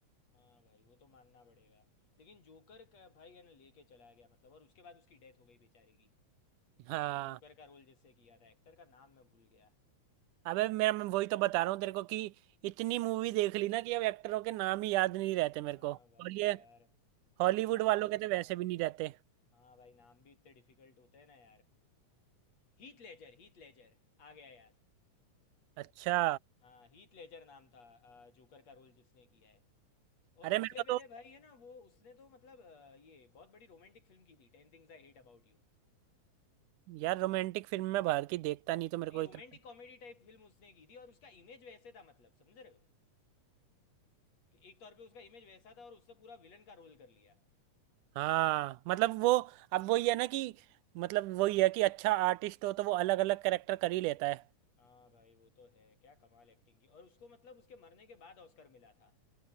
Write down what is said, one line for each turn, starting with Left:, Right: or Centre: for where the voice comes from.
Left: हाँ भाई वो तो मानना पड़ेगा लेकिन जोकर का भाई है ना लेके चला गया मतलब और उसके बाद उसकी डेथ हो गई बेचारे की
Right: हाँ
Left: वो जोकर का रोल जिससे किया था एक्टर का नाम मैं भूल गया
Right: अबे मेरा मैं वही तो बता रहा हूँ तेरे को कि इतनी मूवी देख ली ना कि अब एक्टरों के नाम ही याद नहीं रहते मेरे
Left: हाँ
Right: को और
Left: भाई
Right: ये
Left: यार
Right: हॉलीवुड
Left: क्या
Right: वालों
Left: नाम
Right: के
Left: था
Right: तो वैसे भी नहीं रहते
Left: हाँ भाई नाम भी इतने डिफिकल्ट होते हैं ना यार हीथ लेजर हीथ लेजर आ गया याद
Right: अच्छा
Left: हाँ हीथ लेजर नाम था अ, जोकर का रोल जिसने किया है और
Right: अरे
Left: उससे
Right: मेरे
Left: पहले
Right: को तो
Left: भाई है ना वो उसने तो मतलब अ, ये बहुत बड़ी रोमांटिक फिल्म की थी ten things I hate about you
Right: यार रोमांटिक फिल्म में बाहर की देखता नहीं तो मेरे
Left: नहीं
Right: को
Left: रोमांटिक
Right: इतना
Left: कॉमेडी टाइप फिल्म उसने की थी और उसका इमेज वैसे था मतलब समझ रहे हो कि एक तौर पे उसका इमेज वैसा था और उससे पूरा विलन का रोल कर लिया
Right: हाँ मतलब वो अब वही है ना कि मतलब वही है कि अच्छा आर्टिस्ट हो तो वो अलग अलग कैरेक्टर कर ही लेता है
Left: हाँ भाई वो तो है क्या कमाल एक्टिंग की और उसको मतलब उसके मरने के बाद ऑस्कर मिला था